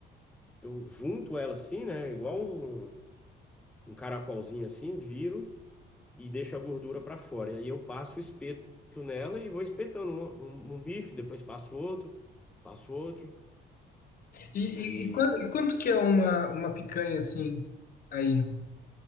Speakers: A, in the centre; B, on the left.
A: eu junto ela assim, né? Igual um, um caracolzinho assim, viro e deixo a gordura para fora. E aí eu passo o espeto nela e vou espetando um, um- um bife, depois passo outro, passo outro.
B: E, e,
A: E
B: e quan- e quanto, que é uma, uma picanha assim, aí,